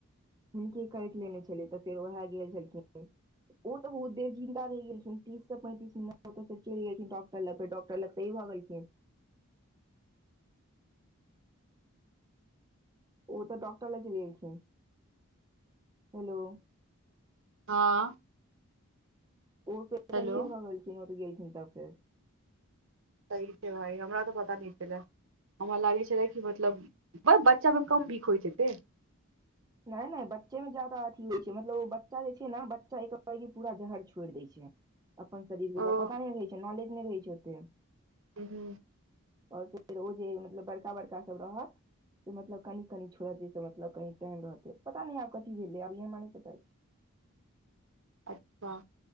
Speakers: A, on the right; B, on the right.
A: हुनके काइट लेने छलैय तऽ फेर उहैऽ गेल छलखिन। ओ तऽ बहुत देर जिन्दा रैह गेलखिन तीससँ पैंतीस मिनट ओत स चइल गेलखिं डॉक्टर लग फेर डाक्टर लग सही भऽ गेलखिन। ओ तऽ डाॅक्टर लग चइल गेलखिन। हेलो-
B: <inaudible>
A: ओ त
B: हेलो
A: सहिेए भऽ गेलखिन ओ तऽ गेलखिन तब फेर-
B: सही छैय भाइ हमरा तऽ पता नै छलैय। हमरा लागै छलै कि मतलब ब-बच्चामे कम बीख होइत हेतैय।
A: नै नै बच्चे मे ज्यादा अथी होइ छै मतलब ओ बच्चा जे छैय न बच्चा एकबैगे पुरा जहर छोइड़ दैय छैय। अपन शरीरके
B: हूँ
A: ओकरा पता नै रहैय छैय नॉलेज नै रहैय छैय ओते।
B: हुं-
A: आओर फेर ओ जे मतलब बड़का -बड़का सब रहत, से मतलब कनि कनि छोड़त जैस मतलब कनि टाइम रहते पता नै आब कथी भेलैय हमरा नैपता अइछ।
B: <inaudible>